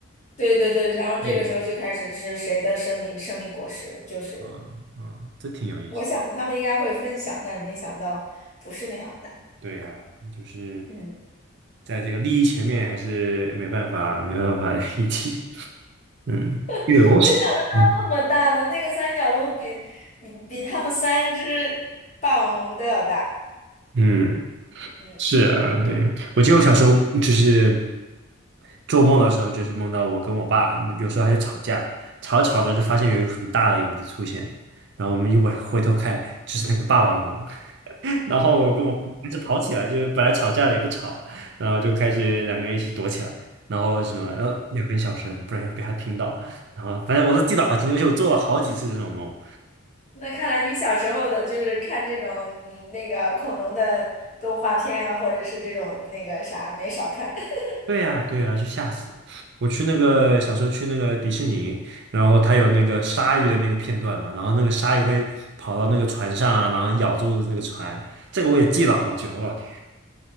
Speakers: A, on the left; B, on the right.
A: 对对对，然后这个时候就开始是谁的胜利胜利果实，
B: 嗯
A: 就是
B: 啊啊，这挺有意思。
A: 我想着他们应该会分享，但是没想到不是那样的。
B: 对呀，就是
A: 嗯
B: 在这个利益前面还是没办法，没办法一起。嗯，对，
A: <laughs>，
B: 我
A: 我想着那么大呢，
B: 嗯
A: 那个三角龙比比比他们三只霸王龙都要大。
B: 嗯，
A: 嗯，
B: 是啊，对，我记得我小时候就是。做梦的时候就是梦到我跟我爸，有时候还是吵架，吵着吵着就发现有一个很大的影子出现，然后我们一回回头看，就是那个霸王龙，<laughs> 然后我跟我爸开始跑起来，就是本来吵架了也不吵了，然后就开始两个人一起躲起来，然后什么呃也很小声，不然会被他听到，然后反正我都记得好清楚，而且我做了好几次这种梦。
A: 那看来你小时候的就是看这种嗯那个恐龙的动画片啊，或者是这种那个啥没少看。<laughs>
B: 对呀，对呀，就吓死了！我去那个小时候去那个迪士尼，然后它有那个鲨鱼的那个片段嘛，
A: 嗯，
B: 然后那个鲨鱼会跑到那个船上啊然后咬住那个船，这个我也记了好久，我老天，